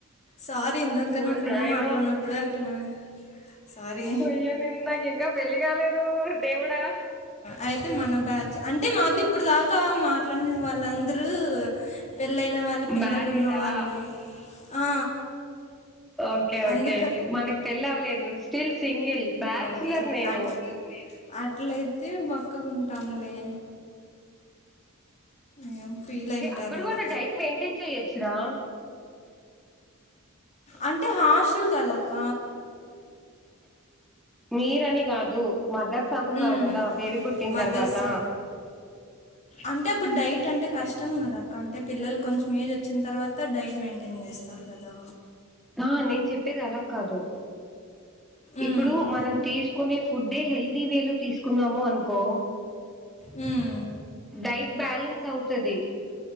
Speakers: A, on the left (about 35°); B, in the centre.
A: సారీ ఇందాక
B: ఓరి
A: నా ఫ్రెండ్
B: నాయనో
A: మాట్లాడినప్పుడే అట్లా సారీ
B: అయ్యో నేను నాకు ఇంకా పెళ్లి కాలేదు ఓరి దేవుడా.
A: అయితే మన బ్యాచ్ అంటే మాది ఇప్పుడు దాకా మాట్లాడిన వాళ్ళందరూ పెళ్ళయిైన వాళ్ళు పిల్లలు
B: మ్యారీడా
A: ఉన్నవాళ్ళు ఆ
B: ఓకే
A: అందుక
B: ఓకే మనకి పెళ్లి అవ్వలేదు స్టిల్ సింగిల్ బ్యాచులర్
A: ఓకే
B: నేను
A: అ అట్లయితే బక్కకుంటాంలే అయ్యో ఫీల్ అయింటారేమో
B: అప్పుడు కూడా డైట్ మెయింటైన్ చెయ్యొచ్చురా.
A: అంటే హాస్టల్ కదక్క
B: మీరని కాదు మదర్స్ అన్నావు
A: ఉమ్,
B: కదా బేబీ పుట్
A: మదర్స్
B: తర్వాత
A: అంటే అప్పుడు డైట్ అంటే కష్టం కదక్క అంటే పిల్లలు కొంచెం ఏజ్ వచ్చిన తర్వాత. అంత డైట్ మెయింటైన్ చేస్తారు కదా.
B: ఆ నేను చెప్పేది అలా కాదు.
A: ఉమ్.
B: ఇప్పుడు మనం తీసుకునే ఫుడే హెల్దీ వేలు తీసుకున్నాము అనుకో.
A: హ్మ్.
B: డైట్ బ్యాలెన్స్ అవుతది.